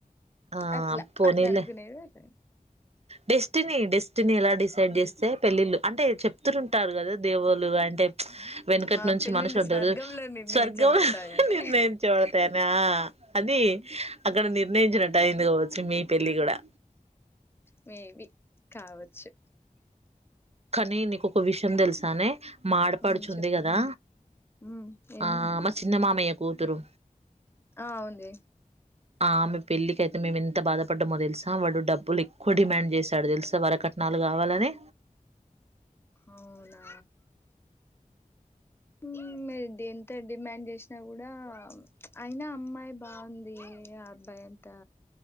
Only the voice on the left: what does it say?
అట్లా
అట్లా అనుకునేది అట్లా
ఆ
పెళ్ళిళ్ళు
స్వర్గంలో నిర్ణయించబడతాయని
మే బి కావచ్చు
మ్మ్ చెప్పు
మ్మ్ ఏమైంది
ఆ ఉంది
అవునా ఉ మీర్ దంత డిమాండ్ చేసినా కూడా అయినా అమ్మాయి బాగుంది. అబ్బాయి అంతా